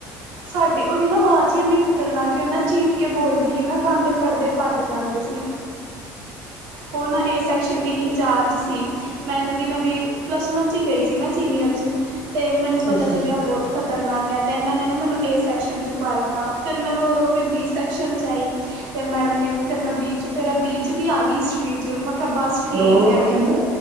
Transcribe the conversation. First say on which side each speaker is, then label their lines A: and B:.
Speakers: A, on the right; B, on the right.
A: ਸਾਡੇ ਉਹਦੀ ਨਾ ਆਵਾਜ਼ ਹੀ ਇੰਨੀ ਖੱਤਰਨਾਕ ਹੈ ਉਹ ਨਾ ਚੀਕ ਕੇ ਬੋਲਦੀ ਸੀ ਨਾ ਕੰਨ ਦੇ ਪੜ੍ਹਦੇ ਪੱਟ ਜਾਂਦੇ ਸੀ ਉਹਨਾਂ ਏ ਸੈਕਸ਼ਨ ਦੀ ਚਾਰਜ ਸੀ ਮੈਂ ਨਵੀਂ ਨਵੀਂ ਪਲੱਸ ਵਨ 'ਚ ਗਈ ਸੀ ਮੈਂ ਸੀਨੀਅਰ 'ਚ ਤੇ ਮੈਨੂੰ ਪਤਾ
B: ਅੱਛਾ
A: ਚੱਲਿਆ
B: ਅੱਛਾ
A: ਬਹੁਤ ਖ਼ਤਰਨਾਕ ਹੈ ਅਤੇ ਇਹਨਾਂ ਨੇ ਨਾ ਮੈਨੂੰ ਏ ਸੈਕਸ਼ਨ 'ਚ ਕਰਤਾ ਫਿਰ ਮੈਂ ਰੋ ਰੋ ਕੇ ਬੀ ਸੈਕਸ਼ਨ 'ਚ ਆਈ ਫੇਰ ਮੈਡਮ ਨੇ ਫੇਰ ਮੈਂ ਬੀ ਚੱ ਫਿਰ ਬੀ ਚੱ ਵੀ ਆ ਗਈ ਹਿਸਟਰੀ 'ਚ ਮੈਂ ਕਿਹਾ ਬਸ ਠੀਕ
B: ਰੋ ਰੋ
A: ਹੈ।
B: ਕੇ ਕਿਵੇਂ